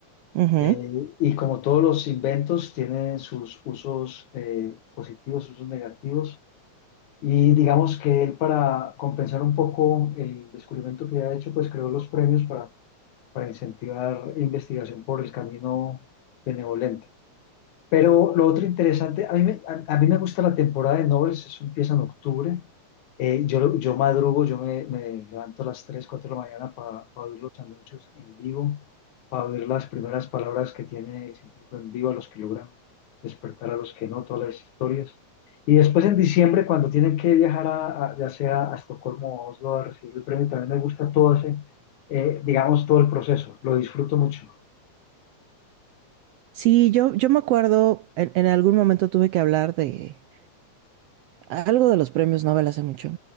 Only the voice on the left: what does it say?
Eh, y como todos los inventos, tienen sus usos eh, positivos, usos negativos. Y digamos que él para compensar un poco el descubrimiento que había hecho, pues creó los premios para, para incentivar investigación por el camino benevolente. Pero lo otro interesante, a mí me, a, a mí me gusta la temporada de nobles, eso empieza en octubre. Eh, yo, yo madrugo, yo me, me levanto a las 3 4 de la mañana para oír los anuncios en vivo, para oír las primeras palabras que tiene el científico en vivo, a los que logran despertar, a los que no, todas las historias. Y después en diciembre, cuando tienen que viajar a, a- ya sea a Estocolmo o a Oslo a recibir el premio, también me gusta todo ese, eh, digamos, todo el proceso, lo disfruto mucho.